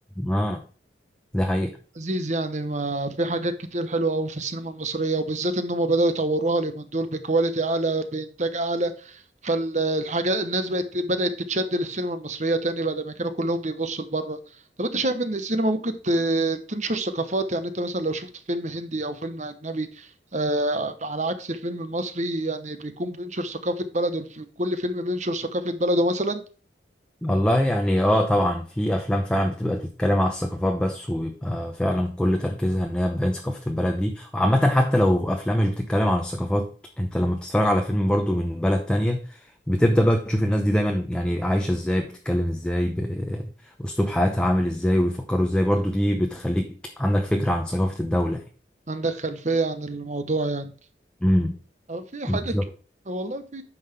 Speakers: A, in the centre; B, on the right.
A: اه ده حقيقة
B: عزيز يعني ما في حاجات كتير حلوة أوي في السينما المصرية وبالذات إن هم بدأوا يطوروها اليومين دول بكواليتي أعلى بإنتاج أعلى فالحاجة الناس بقت بدأت تتشد للسينما المصرية تاني بعد ما كانوا كلهم بيبصوا لبره طب أنت شايف إن السينما ممكن ت- تنشر ثقافات يعني أنت مثلا لو شفت فيلم هندي أو فيلم أجنبي آه، على عكس الفيلم المصري يعني بيكون بينشر ثقافة بلده الف- كل فيلم بينشر ثقافة بلده مثلا
A: والله يعني اه طبعا في افلام فعلا بتبقى بتتكلم على الثقافات بس ويبقى فعلا كل تركيزها ان هي تبين ثقافة البلد دي وعامة حتى لو افلام مش بتتكلم عن الثقافات انت لما بتتفرج على فيلم برضو من بلد تانية بتبدأ بقى تشوف الناس دي دايما يعني عايشة ازاي بتتكلم ازاي بأسلوب حياتها عامل ازاي ويفكروا ازاي برضو دي بتخليك عندك فكرة عن ثقافة الدولة يعني
B: عندك خلفية عن الموضوع يعني
A: امم
B: أو في
A: بالظبط
B: حاجات ك- والله في